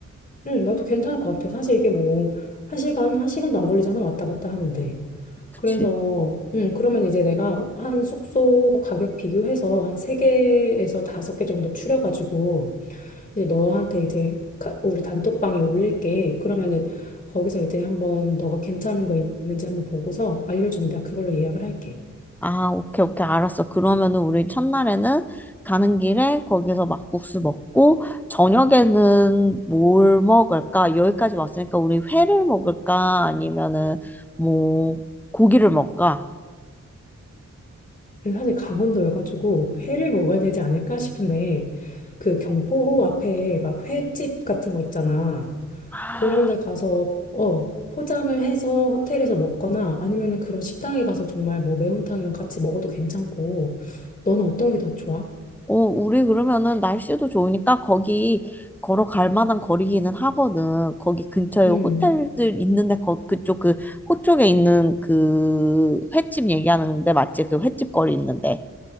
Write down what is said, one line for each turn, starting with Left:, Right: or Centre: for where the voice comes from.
Left: 응, 나도 괜찮을 것 같아. 사실 이게 뭐 한 시간 한 시간도 안 걸리잖아 왔다 갔다 하는데.
Centre: 그치?
Left: 그래서, 음, 그러면 이제 내가 한 숙소 가격 비교해서 한 세개에서 다섯 개 정도 추려가지고, 이제 너한테 이제 가- 우리 단톡방에 올릴게. 그러면은 거기서 이제 한번 너가 괜찮은 거 있는지 한번 보고서 알려주면 내가 그걸로 예약을 할게.
Centre: 아, 오케이, 오케이, 알았어. 그러면은 우리 음. 첫날에는 가는 길에 거기서 막국수 먹고, 저녁에는 뭘 먹을까? 여기까지 왔으니까 우리 회를 먹을까? 아니면은 뭐 고기를 먹을까?
Left: 근데 사실 강원도여가지고 회를 먹어야 되지 않을까 싶은데, 그 경포호 앞에 막 횟집 같은 거 있잖아.
Centre: 아,
Left: 그런 데 가서 어 포장을 해서 호텔에서 먹거나 아니면은 그런 식당에 가서 정말 뭐 매운탕이랑 같이 먹어도 괜찮고 너는 어떤 게 더 좋아?
Centre: 어, 우리 그러면은 날씨도 좋으니까 거기 걸어갈 만한 거리기는 하거든. 거기 근처에
Left: 음
Centre: 호텔들 있는데 거, 그쪽 그 호쪽에 있는 그 횟집 얘기하는데 맞지? 그 횟집 거리 있는데.